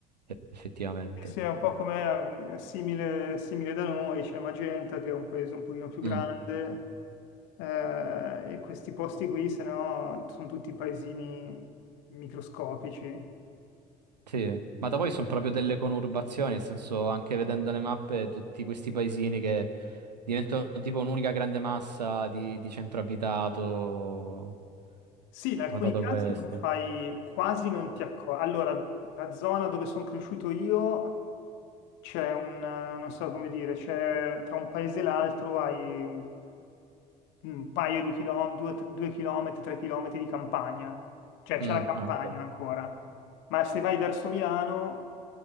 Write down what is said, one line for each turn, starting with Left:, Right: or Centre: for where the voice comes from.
Right: effettivamente.
Left: Sì, sì, è un po' come è simile, simile da noi, c'è Magenta che è un paese un pochino più
Right: Mm.
Left: grande. Eh, e questi posti qui, se no, sono tutti paesini microscopici. E
Right: Sì, ma
Left: quindi-
Right: da voi sono proprio delle conurbazioni, nel senso anche vedendo le mappe, tutti questi paesini che diventano tipo un'unica grande massa di, di centro abitato. Ho
Left: Sì, in alcuni
Right: notato
Left: casi
Right: questo.
Left: non fai, quasi non ti accorgi. Allora, la zona dove sono cresciuto io c'è un, eh, non so come dire, c'è tra un paese e l'altro hai un un paio di chilometri, due, due chilometri, tre chilometri di campagna, cioè
Right: Mm.
Left: c'è la campagna
Right: Ah, ok,
Left: ancora. Ma se vai verso Milano,